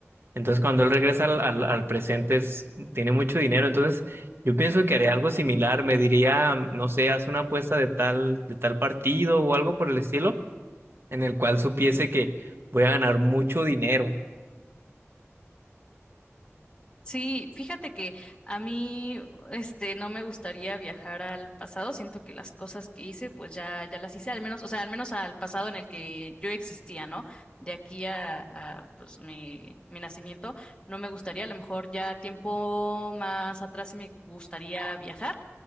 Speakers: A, on the right; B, on the left.
A: Entonces, cuando él regresa al, al- al presente, es- tiene mucho dinero. Entonces, yo pienso que haré algo similar. Me diría, no sé, haz una apuesta de tal, de tal partido o algo por el estilo, en el cual supiese que voy a ganar mucho dinero.
B: Sí, fíjate que a mí, este, no me gustaría viajar al pasado. Siento que las cosas que hice, pues ya, ya las hice, al menos, o sea, al menos al pasado en el que yo existía, ¿no? De aquí a, a, pues, mi, mi nacimiento, no me gustaría. A lo mejor ya tiempo más atrás sí me gustaría viajar.